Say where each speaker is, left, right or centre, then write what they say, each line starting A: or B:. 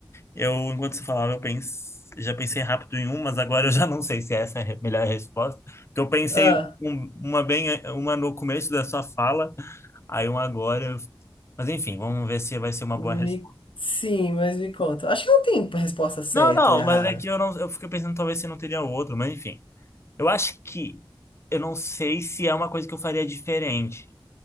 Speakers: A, on the left; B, on the left.
A: Eu, enquanto você falava, eu pense- já pensei rápido em um, mas agora eu já não sei se essa é a re- melhor resposta. Porque eu pensei
B: Ah.
A: um- uma bem, uma no começo da sua fala, aí uma agora. eu- Mas enfim, vamos ver se vai ser uma
B: Me...
A: boa resposta.
B: Sim, mas me conta. Acho que não tem resposta certa
A: Não, não,
B: ou errada.
A: mas é que eu não, eu fiquei pensando talvez se não teria outro, mas enfim. Eu acho que eu não sei se é uma coisa que eu faria diferente,